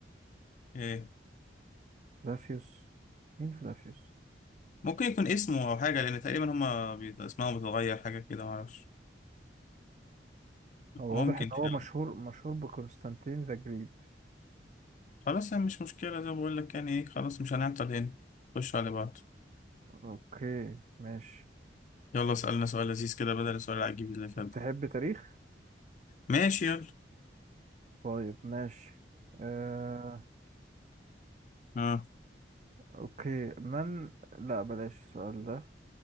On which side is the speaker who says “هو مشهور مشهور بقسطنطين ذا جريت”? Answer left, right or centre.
Right